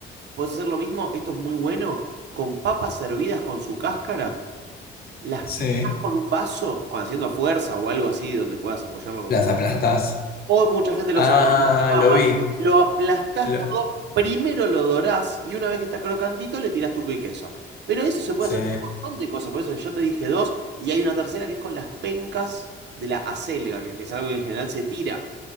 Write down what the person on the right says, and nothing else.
Puedes hacer lo mismo, esto es muy bueno, con papas servidas con su cáscara. Las
pisás con un vaso, con haciendo fuerza o algo así, donde puedas apoyarlo con
o mucha gente lo
hace con el pizza papa.
Lo aplastás
todo, primero lo dorás y una vez que está crocantito le tirás tuco y queso. Pero eso se puede
hacer con un montón de cosas. Por eso yo te dije dos y hay una tercera que es con las pencas de la acelga, que es algo que en general se tira.